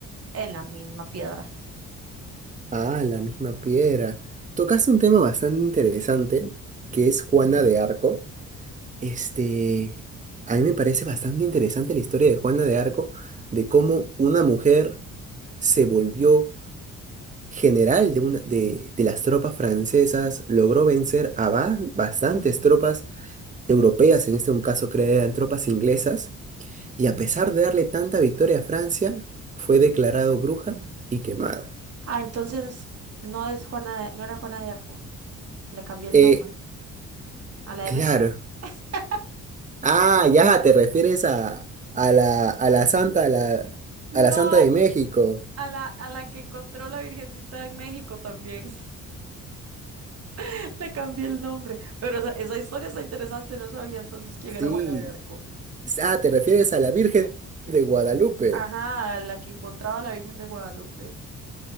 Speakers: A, on the right; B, on the right.
A: en la misma piedra.
B: Ah, la misma piedra. Tocaste un tema bastante interesante, que es Juana de Arco. Este, a mí me parece bastante interesante la historia de Juana de Arco, de cómo una mujer se volvió general de, una, de, de las tropas francesas, logró vencer a ba- bastantes tropas europeas, en este caso creo que eran tropas inglesas, y a pesar de darle tanta victoria a Francia, fue declarado bruja y quemada.
A: Ah, entonces no es Juana de- no era Juana de Arco, le cambié
B: Eh,
A: el nombre a la
B: claro.
A: de México. <laughs>
B: Ah, ya, te refieres a, a la, a la Santa, a la,
A: No,
B: a la Santa
A: a,
B: de México.
A: a la, a la que encontró la Virgencita en México también. <laughs> <laughs> Le cambié el nombre. Pero esa, esa historia está interesante, no sabía entonces quién era
B: Sí.
A: Juana de Arco.
B: Ah, te refieres a la Virgen de Guadalupe.
A: Ajá, la que encontraba a la Virgen de Guadalupe.